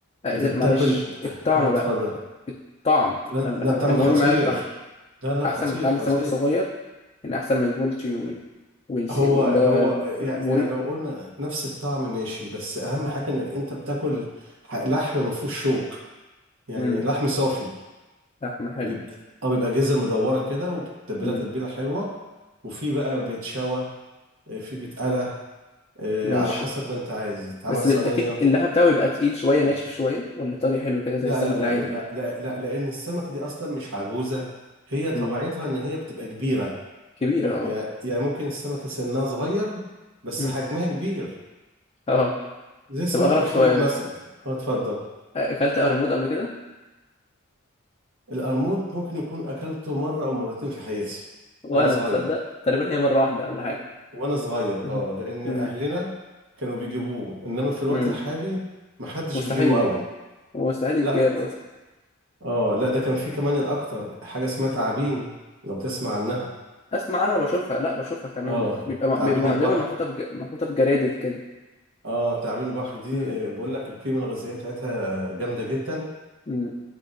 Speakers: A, on the left (about 30°); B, on the right (about 75°).
A: آه،
B: بتتبل
A: معلش الطعم
B: اه اتفضل
A: بقى الطعم
B: لا
A: انا انا
B: لا طعم
A: المهم
B: خطير
A: معايا الطعم
B: لا لا خطير
A: احسن من طعم
B: خطير
A: السمك الصغير يعني احسن من البولتي وال والس-
B: هو
A: واللي
B: هو
A: هو
B: يع-
A: البوري
B: يعني لو قلنا نفس الطعم ماشي بس اهم حاجه انك انت بتاكل ح- لحم ما فيهوش شوك يعني
A: امم
B: لحم صافي
A: لحمه حلو
B: بيبقى اه بيبقى جزر مدوره كده وبتتبلها
A: امم
B: تتبيله حلوه وفي بقى بيتشوى آه، في بيتقلى آه،
A: ماشي
B: على حسب ما انت عايز يتعمل
A: بس
B: صينيه
A: بال- اكيد اللحم بتاعه بيبقى تقيل شويه
B: مم.
A: ناشف شويه ولا طري حلو كده زي
B: لا
A: السمك
B: لا لا
A: العادي
B: لا لا, لا لان السمكه دي اصلا مش عجوزه هي طبيعتها
A: إمم.
B: ان هي بتبقى كبيره
A: كبيرة اه
B: يعني يعني ممكن السمكة سنها صغير بس
A: مم.
B: حجمها كبير
A: اه
B: زي سمك
A: طب أغرب
B: الحوت
A: سؤال
B: مثلا اه اتفضل
A: أكلت قرموط قبل كده؟
B: القرموط ممكن يكون أكلته مرة أو مرتين في حياتي
A: وأنا
B: وأنا صغير
A: تصدق تقريبا هي مرة واحدة ولا حاجة
B: وأنا صغير
A: مم.
B: اه لأن
A: مم.
B: أهلنا كانوا بيجيبوه إنما في الوقت
A: مم.
B: الحالي محدش
A: مستحيل
B: بيجيبه قوي
A: مستحيل يتجاب
B: لا
A: أصلا
B: اه لا ده كان في كمان الأكتر حاجة اسمها تعابين
A: مم.
B: لو تسمع عنها
A: أسمع أنا وبشوفها لا بشوفها كمان
B: اه
A: بيبقى م-
B: تعابين
A: بيبقى مع-
B: البحر
A: دايما محطوطة في ج... محطوطة في جرادل كده
B: اه تعابين البحر دي
A: مم.
B: آه، بقول لك القيمة الغذائية بتاعتها جامدة جدا
A: مم.